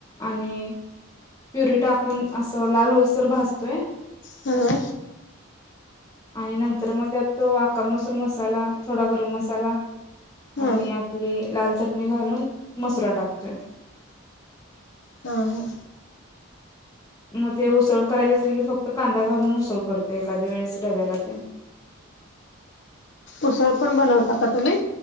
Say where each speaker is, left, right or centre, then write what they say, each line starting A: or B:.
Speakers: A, on the left; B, on the left.
A: आणि प्युरी टाकून असं लाल होईस तोवर भाजतोय.
B: ह.
A: आणि नंतर म त्यात तो अक्का मसूर मसाला थोडा गरम मसाला.
B: हा
A: आणि आपली लाल चटणी घालून, मसुरा टाकतोय.
B: हा हा.
A: म ते उसळ करायची असली की फक्त कांदा घालून उसळ करतो एखाद्या वेळेस डब्याला तेन.
B: उसळ पण बनवता का तुम्ही?